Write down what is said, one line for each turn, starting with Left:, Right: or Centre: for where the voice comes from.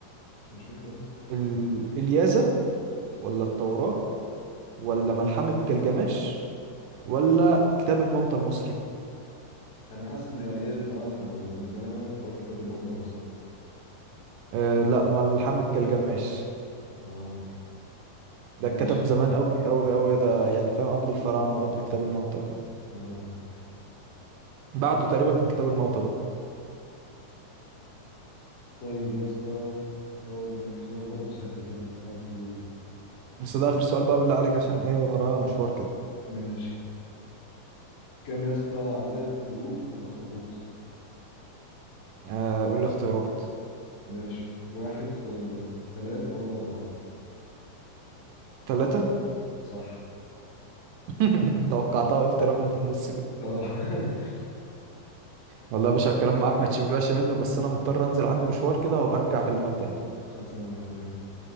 Left: مش مش فاكر قوي
Right: ال... اليازا ولا التوراه ولا ملحمة جلجمش ولا كتاب الموتى المصري
Left: انا حاسس ان يعني ايه الفراعنة كانوا من زمان قوي فهقول كتاب الموتى المصري
Right: أه لا ملحمة جلجمش
Left: اه
Right: ده
Left: ماشي
Right: اتكتب زمان قوي قوي قوي ده يعني فاهم قبل الفراعنة وقبل كتاب الموتى وكده
Left: اه
Right: بعده تقريبا كان كتاب الموتى بقى
Left: طيب يا اسطى اقول لك سؤال برضه سهل كده انت تعرف تجيبه
Right: بس ده آخر سؤال بقى بالله عليك عشان ايه ورايا مشوار كده
Left: ماشي كم يا اسطى عدد قلوب الاخطبوط
Right: أه قول لي اختيارات
Left: ماشي واحد ولا ثلاثة ولا أربعة
Right: ثلاثة
Left: صح
Right: <laughs> توقعتها قلت رقم في النص كده
Left: اه <laughs>
Right: والله يا باشا الكلام معاك ما تشبعش منه بس انا مضطر انزل عندي مشوار كده وهبقى ارجع اكلمك تاني
Left: خلصانة يا أخويا